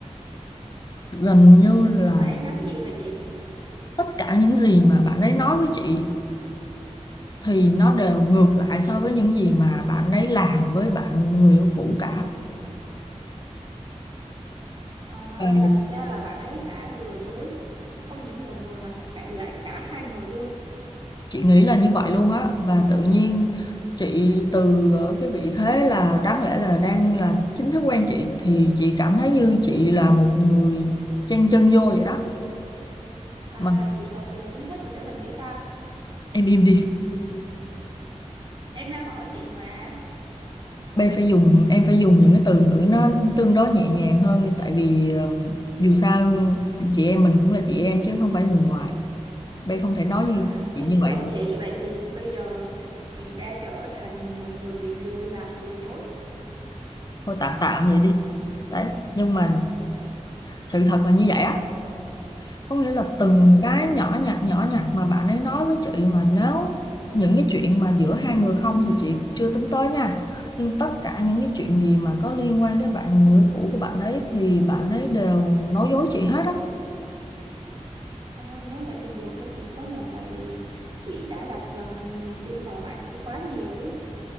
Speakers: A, on the left; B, on the right.
A: gần như là
B: bạn ấy nhắn gì vậy chị
A: tất cả những gì mà bạn ấy nói với chị thì nó đều ngược lại so với những gì mà bạn ấy làm với bạn người yêu cũ cả
B: à,
A: Và
B: là thật ra là bạn ấy đã lừa dối không những một người mà cả- lại cả hai người luôn
A: chị nghĩ là như vậy luôn á và tự nhiên chị từ ở cái vị thế là đáng lẽ là đang là chính thức quen chị thì chị cảm thấy như chị là một người chen chân vô vậy đó
B: À,
A: mà
B: chị là từ chính thức mà trở thành tiểu tam.
A: em im đi
B: Em đang hỏi chị mà.
A: bây phải dùng em phải dùng những cái từ ngữ nó tương đối nhẹ nhàng hơn đi, tại vì ừm, dù sao chị em mình cũng là chị em chứ không phải người ngoài bây không thể nói như
B: À,
A: chị
B: em
A: như
B: xin
A: vậy
B: lỗi
A: được
B: chị. Vậy thì bây giờ chị đã trở thành một người bị lừa gạt, lừa dối.
A: thôi tạm tạm vậy đi đấy nhưng mà sự thật là như vậy á có nghĩa là từng
B: Ừ.
A: cái nhỏ nhặt nhỏ nhặt mà bạn ấy nói với chị mà nếu những cái chuyện mà giữa hai người không thì chị chưa tính tới nha nhưng tất cả những cái
B: Ừ.
A: chuyện gì mà có liên quan tới bạn người cũ của bạn ấy thì bạn ấy đều nói dối chị hết á
B: Ôi, nếu vậy thì buồn cho chị quá nhờ. Tại vì chị đã đặt lòng niềm tin vào bạn kia quá nhiều ấy.